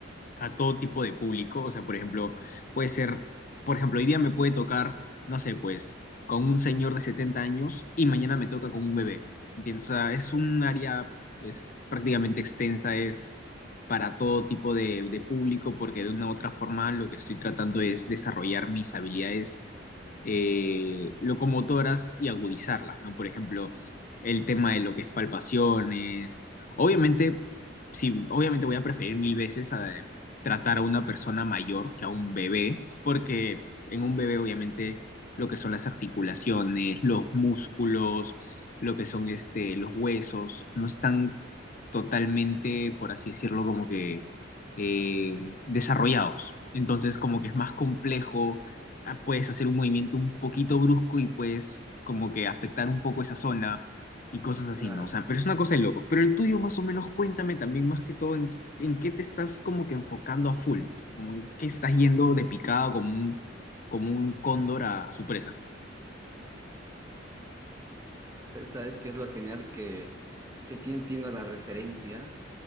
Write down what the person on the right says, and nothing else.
Claro,
sabes que es lo genial que, que sí entiendo la referencia,